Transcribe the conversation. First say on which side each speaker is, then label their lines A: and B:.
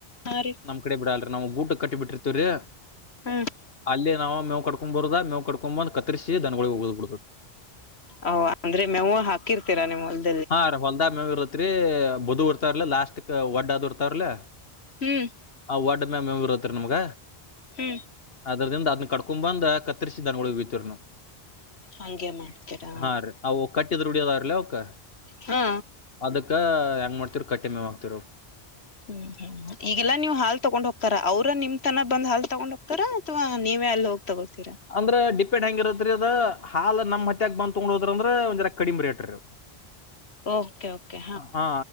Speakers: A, on the left; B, on the left.
A: ಹಾ ರೀ
B: ನಮ್ ಕಡೆ ಬಿಡಲ್ ನಾವು ಗುಟಕ ಕಟ್ಟಿ ಬಿಟ್ಟಿರ್ತವ್ರೀ
A: ಹ್ಮ್
B: ಅಲ್ಲಿ ನಾವು ಮೇವ ಕಟ್ಕ ಕೊ ಬರ್ದ ಮೇವು ಕಕೊಂಬಂದು ಕರ್ರಿಸಿ ದನಗೋಳಗಿ ಒಗದ ಬಿಡುದ
A: ಓ ಅಂದ್ರೆ ಮೆವು ಹಾಕಿರ್ತೀರಾ ನಿಮ್ಮಲ್ಲಿ
B: ಹಾ ರೀ ಹೊಲ್ದ ಮೇವ ಇರತ್ರಿ ಬದು ಇರ್ತಾರ್ಲ ಲಾಸ್ಟ್ ಕ ಒಡ್ಡದು ಇರ್ತಾವಲಾ
A: ಹ್ಮ್
B: ವಡ್ಡ ಮೇವು ಇರುತ್ತದ ನಮ್ಗ
A: ಹ್ಮ್
B: ಅದ್ರದಿಂದ ಅದನ್ನ ಕಡ್ಕೊ ಬಂದ್ ಕತ್ತರಿಸಿ ದನ್ಗಳ ಬೀತರ್ನು
A: ಹಂಗೆ ಮಾಡ್ತೀರಾ
B: ಹಾ ರೀ ಅವು ಕಟ್ಟಿದ್ರುಡಿಯೋದಾವ್ರಲ ಅವಕ
A: ಹಾ
B: ಅದಕ್ಕ ಹೆಂಗ ಮಾಡ್ತತಿರ ಕಟ್ಟೆ ಮೇವ್ ಹಕ್ತಿರವ್
A: ಹ್ಮ್ ಹ್ಮ್ ಈಗೆಲ್ಲಾ ನೀವು ಹಾಲ್ ತಗೊಂಡ್ ಹೋಗ್ತಾರ ಅವ್ರ ನಿಮ್ ತನ ಬಂದ ಹಾಲ್ ತಗೊಂಡ್ ಹೋಗ್ತಾರ ಅಥವಾ ನೀವೇ ಅಲ್ಲಿ ಹೋಗ್ ತಗೊಳ್ತೀರಾ
B: ಅಂದ್ರೆ ಡಿಪೆಂಡ್ ಹೆಂಗರತ್ರಿ ಅದ ಹಾಲ್ ನಮ ಹಟ್ಟಿಯಗ್ ಬಂದ್ ತೊಂಡ್ ಹೋದ್ರ ಅಂದ್ರ ಒಂದ್ರಾ ಕಡಿಮಿ ರೇಟ್ ರೀ
A: ಓಕೆ ಓಕೆ
B: ಹಾ